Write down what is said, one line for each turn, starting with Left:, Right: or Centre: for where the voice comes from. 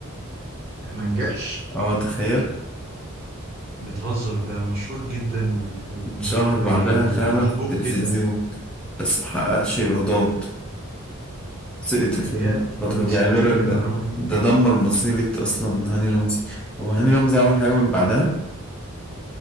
Right: ما نجحش
Centre: اه تخيل
Right: بتهزر ده مشهور جدا و- و-
Centre: شهر
Right: ومحبوب
Centre: بعدها فعلا في التلفزيون
Right: جدا
Centre: بس محققش ايرادات سقط
Right: يا
Centre: الفيلم الفترة
Right: أنت
Centre: دي
Right: صدمتني
Centre: عايز اقول لك
Right: بالمعلومة
Centre: ده
Right: دي
Centre: ده
Right: ده
Centre: دمر مسيرة اصلا هاني رمزي هو هاني رمزي عمل حاجة من بعدها